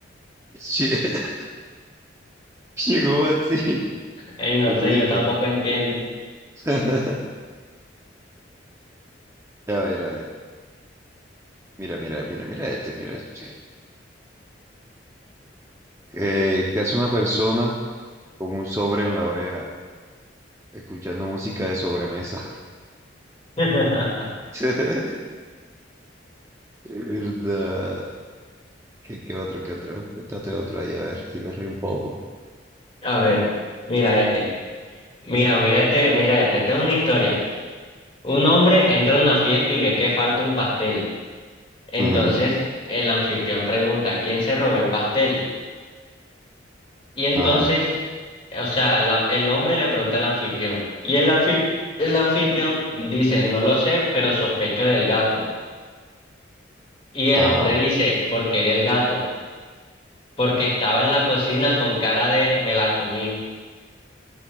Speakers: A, on the right; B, on the left.
A: <laughs> Che, Llegó así.
B: Ey, no
A: Qué triste.
B: sé, yo tampoco entiendo.
A: <laughs> A ver, a ver. Mira, mira, mira, mira este, mira este. sí. Eh, ¿qué hace una persona con un sobre en la oreja, escuchando música de sobremesa?
B: <laughs>
A: <laughs> ¿Verdad? ¿Qué, qué otro, qué otro? Cuéntate otro ahí, a ver si me río un poco.
B: A ver, mira este. Mira, mira este, mira este. Esta es una historia. Un hombre entra a una fiesta y ve que falta un pastel. Entonces
A: Ujú.
B: el anfitrión pregunta, ¿quién se robó el pastel? Y entonces
A: Ajá,
B: O sea, la- el hombre le pregunta al anfitrión y el, anfit- el anfitrión dice, no lo sé, pero sospecho del gato. Y el
A: ajá.
B: hombre dice, ¿por qué del gato? Porque estaba en la cocina con cara de me la comí.